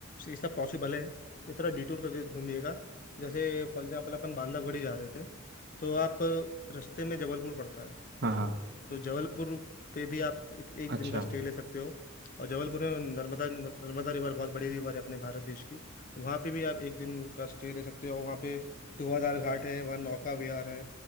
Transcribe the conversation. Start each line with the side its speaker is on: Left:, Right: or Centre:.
Left: ये सब पॉसिबल है ये थोड़ा डिटूर करके घूमिएगा जैसे फॉर एग्जाम्पल अपन बांधवगढ़ ही जा रहे थे तो आप रास्ते में जबलपुर पड़ता है
Right: हाँ हाँ
Left: तो जबलपुर पे भी आप एक, एक
Right: अच्छा
Left: दिन का स्टे ले सकते हो और जबलपुर में नर्मदा नर्मदा रिवर बहुत बड़ी रिवर है अपने भारत देश की तो वहाँ पे भी आप एक दिन का स्टे ले सकते हो वहाँ पे धुआंधार घाट है वहाँ नौका विहार है